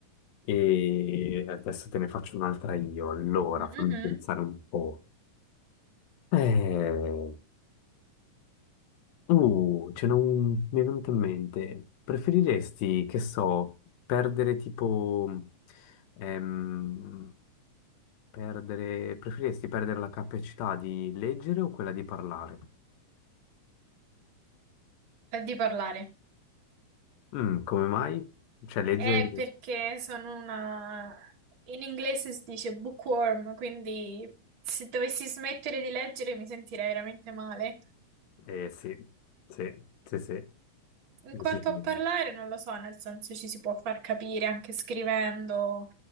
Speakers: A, on the left; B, on the right.
A: E adesso te ne faccio un'altra io, allora
B: Mhm.
A: fammi pensare un po'. Eh, uh, ce n'è un, mi è venuto in mente, preferiresti, che so, perdere tipo, ehm, perdere, preferiresti perdere la capacità di leggere o quella di parlare?
B: È di parlare.
A: Mm, come mai? Cioè, legge...
B: È perché sono una... In inglese si dice bookworm, quindi se dovessi smettere di leggere mi sentirei veramente male.
A: Eh sì, sì, sì, sì.
B: In
A: Decisamente.
B: quanto a parlare, non lo so, nel senso ci si può far capire anche scrivendo.